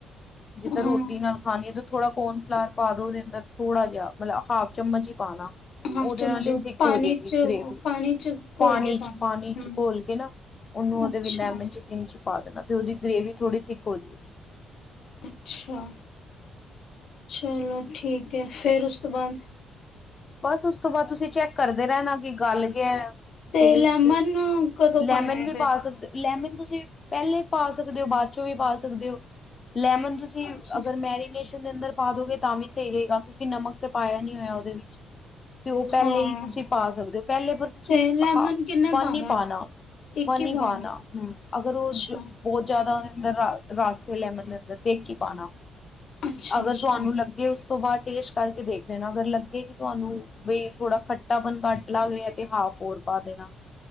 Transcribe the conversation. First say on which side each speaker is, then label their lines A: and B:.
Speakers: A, on the left; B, on the left.
A: ਜਿੱਦਾਂ
B: ਹਾਂ
A: ਰੋਟੀ ਨਾਲ ਖਾਣੀ ਐ। ਥੋੜਾ ਕੋਰਨਫਲਾਵਰ ਪਾ ਦੋ ਉਹਦੇ ਅੰਦਰ ਥੋੜਾ ਜਿਹਾ ਮਤਲਬ ਹਾਫ ਚਮਚ ਹੀ ਪਾਣਾ।
B: ਹਾਫ
A: ਉਹਦੇ
B: ਚਮਚ
A: ਨਾਲ ਹੀ ਥਿੱਕ
B: ਪਾਣੀ
A: ਹੋ ਜਾਏਗੀ
B: ਚ
A: ਗ੍ਰੇਵੀ
B: ਪਾਣੀ ਚ
A: ਪਾਣੀ
B: ਘੋਲ ਕੇ
A: 'ਚ
B: ਪਾਣਾ
A: ਪਾਣੀ 'ਚ
B: ਹੂੰ
A: ਘੋਲ ਕੇ ਨਾ ਉਹਨੂੰ ਉਹਦੇ
B: ਅੱਛਾ
A: ਵਿੱਚ ਲੈਮਨ ਚਿਕਨ 'ਚ ਪਾ ਦੇਣਾ ਤੇ ਉਹਦੀ ਗ੍ਰੇਵੀ ਥੋੜੀ ਥਿੱਕ ਹੋ ਜਾਏ
B: ਅੱਛਾ ਚਲੋ ਠੀਕ ਓਕੇ ਫੇਰ ਉਸ ਤੋਂ ਬਾਅਦ
A: ਬਸ ਉਸ ਤੋਂ ਬਾਅਦ ਤੁਸੀਂ ਚੈੱਕ ਕਰਦੇ ਰਹਿਣਾ ਕਿ ਗੱਲ ਗਿਆ।
B: ਤੇ
A: ਟੇਸਟ
B: ਲੈਮਨ ਕਦੋਂ
A: ਲੈਮਨ
B: ਪਾਣਾ ਹੈ
A: ਵੀ
B: ਫਿਰ
A: ਪਾ ਸਕਦੇ ਹੋ ਲੈਮਨ ਤੁਸੀਂ ਪਹਿਲੇ ਪਾ ਸਕਦੇ ਹੋ ਬਾਅਦ ਚੋਂ ਵੀ ਪਾ ਸਕਦੇ ਹੋ। ਲੈਮਨ ਤੁਸੀਂ
B: ਅੱਛਾ
A: ਅਗਰ ਮੈਰੀਨੇਸ਼ਨ ਦੇ ਅੰਦਰ ਪਾ ਦੋਗੇ ਤਾਂ ਵੀ ਸਹੀ ਰਹੇਗਾ ਕਿਉਂਕਿ ਨਮਕ ਤੇ ਪਾਇਆ ਨੀ ਹੋਇਆ ਉਹਦੇ ਤੇ ਉਹ ਪਹਿਲੇ
B: ਹਾਂ
A: ਹੀ ਤੁਸੀਂ ਪਾ ਸਕਦੇ ਹੋ ਪਹਿਲੇ ਪਰ ਤੁਸੀਂ
B: ਤੇ ਲੈਮਨ
A: ਹਾਂ
B: ਕਿੰਨੇ
A: ਵਨ
B: ਪਾਵਾਂ
A: ਹੀ ਪਾਣਾ
B: ਇੱਕ
A: ਵਨ ਹੀ
B: ਪਾਵਾਂ
A: ਪਾਣਾ ਹੂੰ ਅਗਰ ਉਹ
B: ਅੱਛਾ
A: ਬਹੁਤ ਜ਼ਿਆਦਾ ਅੰ ਰਸ ਏ ਲੈਮਨ ਦੇ ਅੰਦਰ ਤੇ ਇਕ ਈ ਪਾਣਾ।
B: ਅੱਛਾ
A: ਅਗਰ
B: ਅੱਛਾ
A: ਤੁਹਾਨੂੰ ਲੱਗੇ ਉਸ ਤੋਂ ਬਾਹਰ ਟੇਸ ਕਰਕੇ ਦੇਖ ਲੈਣਾ, ਅਗਰ ਲੱਗੇ ਕਿ ਤੁਹਾਨੂੰ ਵੀ ਥੋੜਾ ਖੱਟਾਪਣ ਘੱਟ ਲੱਗ ਰਿਹਾ ਤੇ ਹਾਫ ਹੋਰ ਪਾ ਦੇਣਾ।